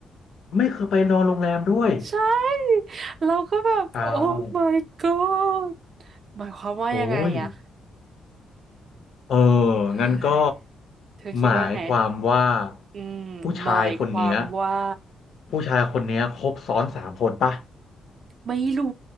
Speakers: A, on the left (about 60°); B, on the right (about 45°).
A: ไม่เคยไปนอนโรงแรมด้วย
B: ใช่เราก็แบบโอ้
A: เอ้าว
B: my god หมายความว่ายังไงอ่ะ
A: โอ้ย เออ
B: เฮ้ย
A: งั้นก็
B: เธอคิดว่าไง
A: หมายความว่า
B: อืมหมายความว่า
A: ผู้ชายคนเนี้ยผู้ชายคนเนี้ยครบซ้อนสามคนปะ
B: ไม่รู้